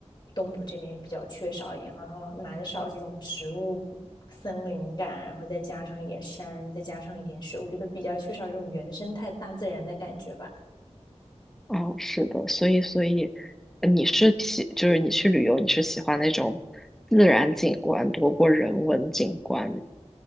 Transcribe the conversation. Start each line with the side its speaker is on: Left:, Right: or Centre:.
Left: 东部这边比较缺少一点，好像蛮少这种植物、森林感，然后再加上一点山，再加上一点水，我觉得比较缺少这种原生态大自然的感觉吧。
Centre: 哦，是的，所以，所以呃你是喜，就是你去旅游，你是喜欢那种自然景观多过人文景观吗？